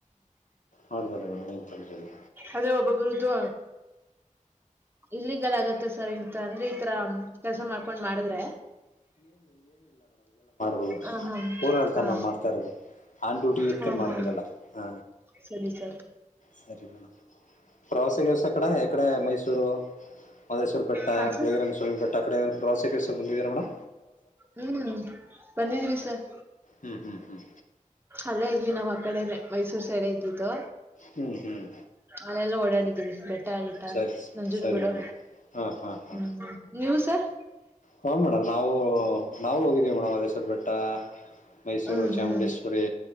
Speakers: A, on the left; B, on the right.
A: ಮಾಡ್ಬೋದು ಮೇಡಮ್ ಏನು ತೊಂದರೆ ಇಲ್ಲ
B: ಅದೇ ಒಬ್ಬ್ರುದು ಇಲ್ಲೀಗಲ್ ಆಗತ್ತೆ ಸರ್ ಇಂತ ಅಂದ್ರೆ ಈತರ ಕೆಲ್ಸ ಮಾಡ್ಕೊಂಡ್ ಮಾಡಿದ್ರೆ
A: ಹೂ
B: ಹ ಹಾ
A: ಊರಲ್ತ
B: ಹಾ
A: ನಾವು ಮಾಡ್ತಾ ಇರೋದು ಆನ್ ಡ್ಯೂಟಿಲಿ ಇತ್ಕೊಂಡ
B: ಹಾ
A: ಮಾಡ್ಕೋದಲ್ಲ
B: ಹಾ
A: ಹ
B: ಸರಿ ಸರ್
A: ಸರಿ ಮೇಡ ಪ್ರವಾಸ್ಯವಸ ಕಡಕಡೆ ಮೈಸೂ ಕಿರು ಮೈಸೂರು ಬೆಟ್ಟ
B: ಹಾ ಸರ್
A: ಬೆಳಗಿರಂಗಸ್ವಾಮಿ ಬೆಟ್ಟ ಆ ಕಡೆ ಪ್ರವಾಸ ಗಿವಾಸ ಬಂದಿದಿರ ಮೇಡಂ
B: ಹ್ಮ್ ಬಂದಿದೀವಿ ಸರ್
A: ಹ್ಮ್ ಹ್ಮ್ ಹ್ಮ್
B: ಅಲ್ಲೇ ಇದ್ವಿ ನಾವ್ ಆ ಕಡೆನೆ ಮೈಸೂರು ಸೈಡೆ ಇದ್ದಿದ್ದು
A: ಹ್ಮ್ ಹ್ಮ್
B: ಅಲ್ಲೆಲ್ಲ ಓಡಾಡಿದಿನಿ ಬೆಟ್ಟ ಗಿಟ್ಟ
A: ಸರಿ
B: ನಂಜನ್
A: ಸರಿ
B: ಗೂಡು
A: ಮೇಡಮ್ ಹಾ ಹಾ ಹಾ
B: ಹ್ಮ ನೀವು ಸರ್
A: ಹಾ ಮೇಡಮ್ ನಾವು ನಾವು ಹೋಗಿದ್ದೀವಿ ಮೇಡ ಮೈಸೂರು ಬೆಟ್ಟ ಮೈಸೂರು
B: ಹ್ಮ್
A: ಚಾಮುಂಡೇಶ್ವರಿ
B: ಹ್ಮ್